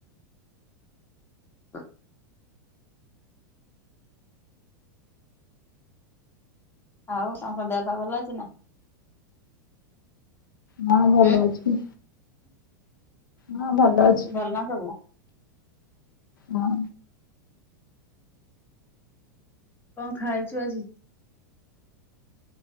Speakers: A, on the left (about 20°); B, on the left (about 85°).
A: ହ ଆଉ ତାଙ୍କ ଦେହ ପା ଭଲ ଅଛି ନା।
B: ହଁ ଭଲ
A: ଉଁ
B: ଅଛି। ହଁ ଭଲ ଅଛି।
A: ଭଲ ନା ସବୁ।
B: ହଁ
A: କଣ ଖାଇଛୁ ଆଜି?